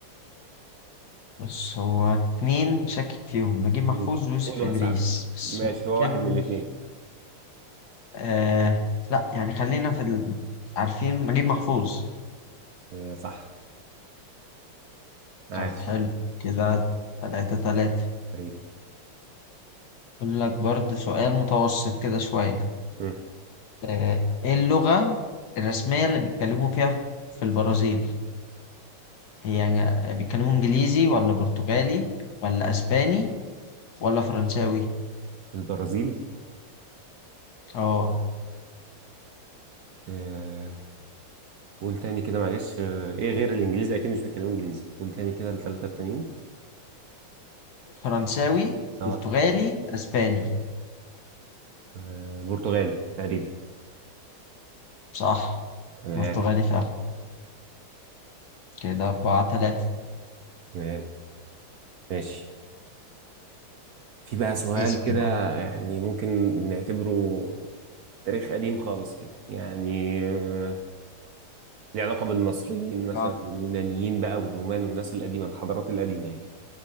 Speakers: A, on the left (about 60°); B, on the right (about 70°).
A: بس هو اتنين شاكك فيهم نجيب محفوظ
B: قول
A: ويوسف
B: قول وهساعدك
A: إدريس بس
B: ماشي
A: ممكن
B: هو واحد من الاثنين
A: آه لا يعني خلينا في ال... عارفين نجيب محفوظ
B: آه صح عاش
A: طب حلو كده تلاتة تلاتة
B: أيوه
A: أقول لك برضه سؤال متوسط كده شوية
B: مم.
A: آه، ايه اللغة الرسمية اللي بيتكلموا فيها في في البرازيل هي يعني بيتكلموا انجليزي ولا برتغالي ولا اسباني ولا فرنساوي
B: في البرازيل
A: اه
B: آه قول تاني كده معلش آه إيه غير الإنجليزي أكيد مش بيتكلموا إنجليزي قول تاني كده الثلاثة التانيين
A: فرنساوي
B: أه
A: برتغالي اسباني
B: آه، برتغالي تقريبا
A: صح
B: تمام
A: برتغالي فعلا كده أربعة تلاتة
B: تمام ماشي في بقى سؤال
A: اسأل
B: كده
A: بقى
B: يعني ممكن نعتبره تاريخ قديم خالص كده يعني آه، ليه علاقة بالمصريين مثلا
A: يلا
B: واليونانيين بقى والرومان والناس القديمة الحضارات القديمة يعني